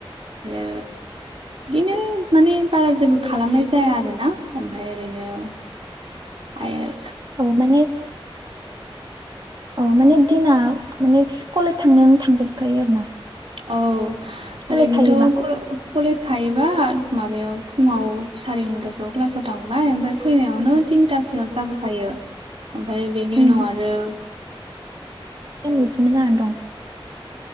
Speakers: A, on the right (about 80°); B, on the right (about 50°).
A: आरो बिदिनो माने बारा जेबो खालामनाय जाया आरोना ओमफाय ओरैनो आइयो
B: अ माने ओ अ माने दिना माने कलेज थांनाय थांजोबखायो आरो ना
A: औ
B: कलेज
A: ओरैनोथो
B: थायोबा
A: कलेज थायोबा ओ माबायाव फुङाव साराय नथासोआव क्लासाव थांबाय ओमफाय फैनायावनो थिनथासो जाबो हायो ओमफाय बेनि
B: उम
A: उनाव आरो
B: थायेम रथिननो जानानै दं